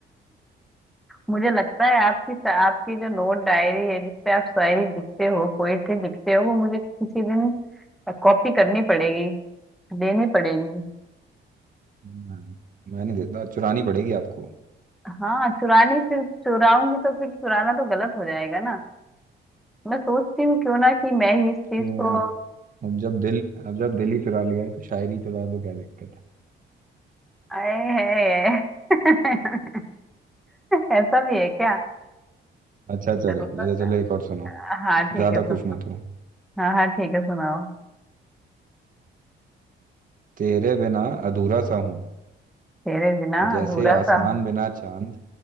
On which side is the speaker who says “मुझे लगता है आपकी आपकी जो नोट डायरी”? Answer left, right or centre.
Centre